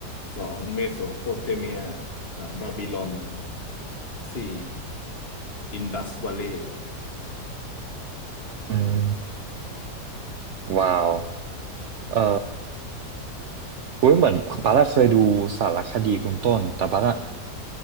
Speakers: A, on the left; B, on the right.
A: สองเมโสโปเตเมียสามบาบิลอนสี่อินดัสวัลเลย์
B: อืมว้าวเอ่ออุ้ยเหมือนบาร่าเคยดูสารคดีคุณต้นแต่บาร่า
A: ครับ